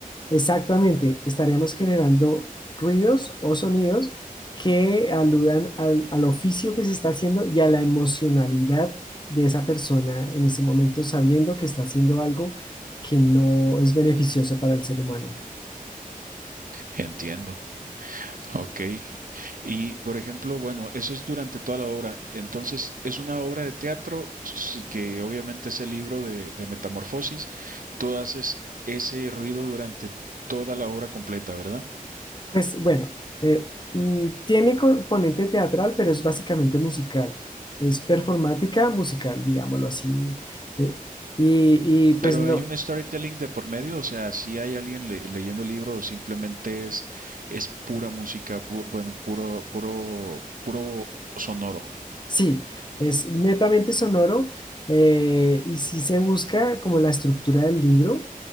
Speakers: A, on the left; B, on the right.
A: Exactamente, estaríamos generando ruidos o sonidos que aludan al, al oficio que se está haciendo y a la emocionalidad de esa persona en ese momento, sabiendo que está haciendo algo que no es beneficioso para el ser humano.
B: Entiendo. Ok. Y por ejemplo, bueno, eso es durante toda la obra. Entonces, es una obra de teatro s- que obviamente es el libro de, de Metamorfosis. Tú haces ese ruido durante toda la obra completa, ¿verdad?
A: Pues bueno, eh, mm, tiene componente teatral, pero es básicamente musical. Es performática musical, digámoslo así. Eh, y, y, pues
B: Pero
A: no,
B: hay un storytelling de por medio, o sea, si hay alguien le- leyendo el libro o simplemente es, es pura música, pu- bueno, puro, puro, puro sonoro.
A: Sí, es netamente sonoro eh, y sí se busca como la estructura del libro,